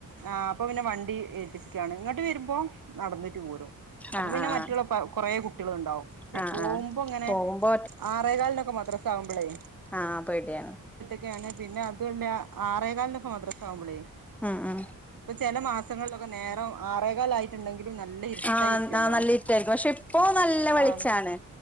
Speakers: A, on the right (about 75°); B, in the centre.
A: ആ അപ്പൊ പിന്നെ വണ്ടി ഏൽപ്പിച്ച ക്കാണ് ഇങ്ങട്ട് വരുമ്പോ നടന്നിട്ട് പോരും അപ്പൊ
B: ആഹ്
A: പിന്നെ
B: ആഹ്
A: മറ്റുള്ള കുറേ കുട്ടികൾ ഉണ്ടാവും പക്ഷെ
B: ആഹ്
A: പോവുമ്പൊങ്ങനെ
B: ആഹ് പോകുമ്പോ
A: ആറേകാല്നെക്കെ മദ്രസ ആവ്മ്പളെ
B: ആ പേടിയാണ്
A: ങ്ങനെയാണ്പിന്നെ അതല്ല ആറേകാലിനൊക്കെ മദ്രസ ആവുമ്പോളേ
B: ഉം ഉം
A: ചെല മാസങ്ങളിലൊക്കെ നേരം ആറേകാലായി ട്ട്ണ്ടെങ്കിലും നല്ലയിരിട്ടായിരിക്കല്ലോ?
B: ആഹ് ആഹ് നല്ല ഇരുട്ടായിരിക്കും പക്ഷെ ഇപ്പോ നല്ല വെളിച്ചാണ്
A: ആം